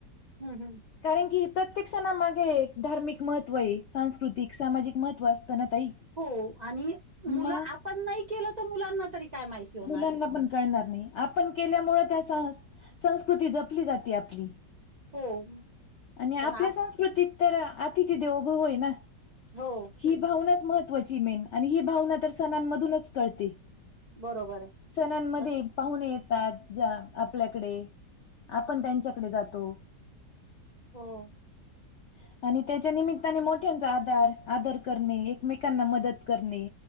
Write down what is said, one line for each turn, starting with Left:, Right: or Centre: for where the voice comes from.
Right: हम्म हम्म.
Left: कारण की प्रत्येक सणा मागे धार्मिक महत्त्व आहे, सांस्कृतिक, सामाजिक महत्त्व असतं ना ताई.
Right: हो आणि
Left: मग
Right: मुलं आपण नाही केलं तर मुलांना तरी काय माहिती होणार
Left: मुलांना
Right: आहे.
Left: पण कळणार नाही. आपण केल्यामुळे त्या सं संस्कृती जपली जाते आपली.
Right: हो.
Left: आणि
Right: पण
Left: आपल्या
Right: आप
Left: संस्कृतीत तर अतिथी देवो भवय ना.
Right: हो.
Left: ही भावनाच महत्त्वाची मेन आणि ही भावना तर सणांमधूनच कळते.
Right: बरोबर आहे.
Left: सणांमध्ये
Right: मग
Left: पाहून येतात जा आपल्याकडे. आपण त्यांच्याकडे जातो.
Right: हो.
Left: <inaudible> आणि त्याच्या निमित्ताने मोठ्यांचा आदार आदर करणे एकमेकांना मदत करणे